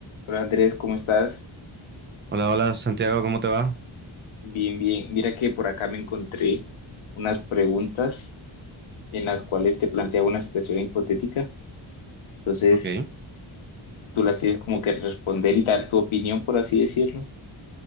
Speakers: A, on the left (about 75°); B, on the right (about 25°).
A: Hola Andrés, ¿cómo estás?
B: Hola, hola Santiago, ¿cómo te va?
A: Bien, bien. Mira que por acá me encontré unas preguntas en las cuales te planteaba una situación hipotética. Entonces,
B: Ok,
A: tú las tienes como que responder y dar tu opinión, por así decirlo.